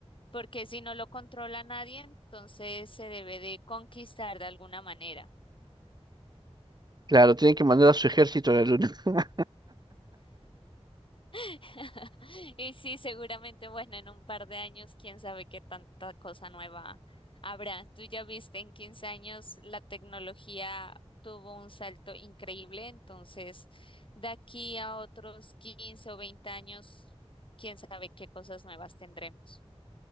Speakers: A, on the left; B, on the right.
A: porque si no lo controla nadie, entonces se debe de conquistar de alguna manera.
B: Claro, tienen que mandar a su ejército a la luna. <laughs>
A: <laughs> Y sí, seguramente, bueno, en un par de años, quién sabe qué tanta cosa nueva habrá. Tú ya viste, en 15 años la tecnología tuvo un salto increíble, entonces de aquí a otros 15 o 20 años, quién sabe qué cosas nuevas tendremos.